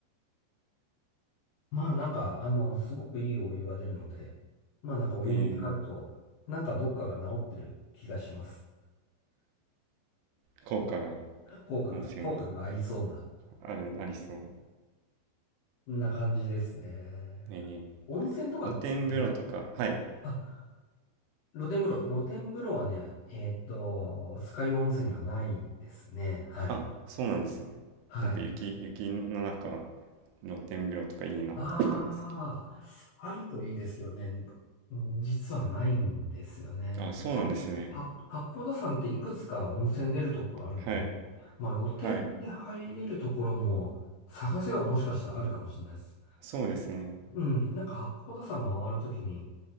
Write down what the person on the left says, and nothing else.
まあなんか、あの、すごくいいお湯が出るので、まあなんかお湯に浸かると、
なんかどっかが治ってる気がします。
効果が、
効果がありそうな、
な感じですね。
温泉とかってな、
な
あ、露天風呂、露天風呂はね、えっと、酸ヶ湯温泉にはないですね。はい。
はい。
ああ、あるといいですけどね、うん実はないんですよね。
まあ、は八甲田山っていくつか温泉出るとこあるんで、
まあ、露天で入れるところも探せばもしかしたらあるかもしれないです。
うん、なんか八甲田山回るときに、